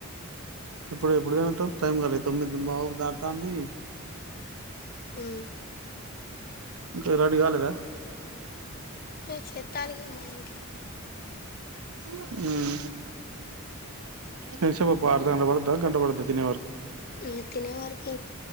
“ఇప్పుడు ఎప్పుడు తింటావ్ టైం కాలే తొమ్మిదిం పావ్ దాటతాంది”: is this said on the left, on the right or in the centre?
Right